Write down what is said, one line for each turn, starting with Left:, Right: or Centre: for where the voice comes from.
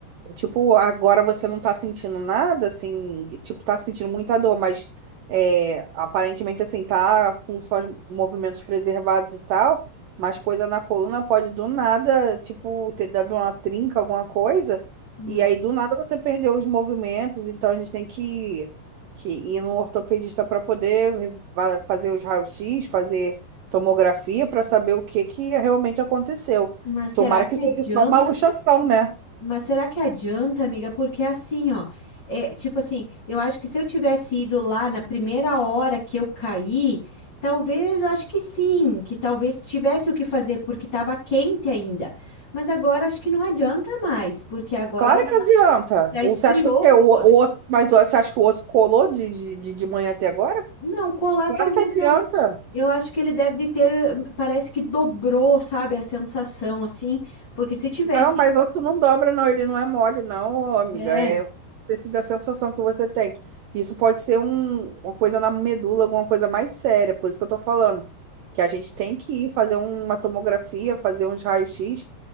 Right: Tipo, agora você não tá sentindo nada, assim, tipo, tá sentindo muita dor, mas é, aparentemente, assim, tá com só os movimentos preservados e tal, mas coisa na coluna pode do nada, tipo, ter dado uma trinca, alguma coisa,
Left: Hum,
Right: e aí do nada você perdeu os movimentos, então a gente tem que, que ir num ortopedista para poder va- fazer os raios-x, fazer tomografia para saber o que que realmente aconteceu.
Left: Mas será
Right: Tomara
Left: que
Right: que seja
Left: adianta?
Right: só uma luxação, né?
Left: Mas será que adianta, amiga? Porque assim, ó, é tipo assim, eu acho que se eu tivesse ido lá na primeira hora que eu caí, talvez, eu acho que sim, que talvez tivesse o que fazer porque estava quente ainda. Mas agora acho que não adianta mais, porque agora
Right: Claro que adianta.
Left: já
Right: Ou
Left: esfriou
Right: você acha que o quê?
Left: o corpo.
Right: O, o osso, mas você acha que o osso colou de, de, de de manhã até agora?
Left: Não, colar
Right: Claro
Left: talvez
Right: que adianta.
Left: não. Eu acho que ele deve de ter, parece que dobrou, sabe, a sensação assim, porque se tivesse,
Right: Não, mas outro não dobra, não. Ele não é mole, não, ô, amiga.
Left: é.
Right: É tecido da sensação que você tem. Isso pode ser um- uma coisa na medula, alguma coisa mais séria. Por isso que eu tô falando. Que a gente tem que ir fazer um, uma tomografia, fazer uns raios-x